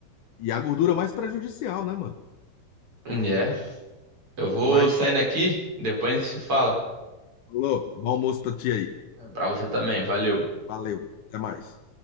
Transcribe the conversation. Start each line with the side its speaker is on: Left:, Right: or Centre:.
Left: E a gordura mais prejudicial, né, mano?
Right: É. Eu vou
Left: Mas,
Right: saindo aqui, depois a gente se fala.
Left: falou, bom almoço pra ti aí.
Right: Pra você também, valeu.
Left: Valeu, até mais.